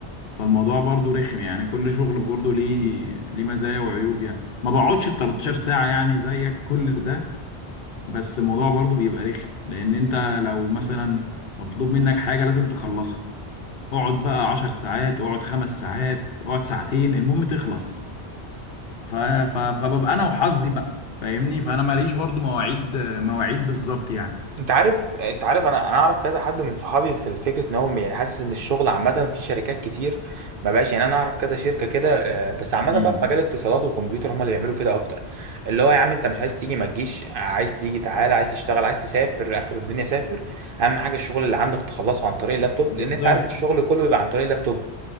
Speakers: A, on the left; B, on the right.
A: فالموضوع برضو رخم يعني كل شغل برضو ليه ليه مزايا وعيوب يعني ما بقعدش 13 ساعه يعني زيك كل ده بس الموضوع برضو بيبقى رخم لان انت لو مثلا مطلوب منك حاجة لازم تخلصها اقعد بقى عشر ساعات اقعد خمس ساعات اقعد ساعتين المهم تخلص ف... ف... فببقى انا وحظي بقى فاهمني فانا ماليش برضو مواعيد مواعيد بالظبط يعني
B: انت عارف انت عارف انا انا اعرف كذا حد من صحابي في فكره ان هو يعني حاسس ان الشغل عامه في شركات كتير ما بقاش يعني انا اعرف كذا شركه كده آه، بس عامه
A: امم
B: بقى في مجال الاتصالات والكمبيوتر هم اللي بيعملوا كده اكتر اللي هو يا عم انت مش عايز تيجي ما تجيش عايز تيجي تعالى عايز تشتغل عايز تسافر اخر الدنيا سافر اهم حاجه الشغل اللي عندك تخلصه عن طريق اللابتوب
A: بالظبط
B: لان انت عارف الشغل كله بيبقى عن طريق اللابتوب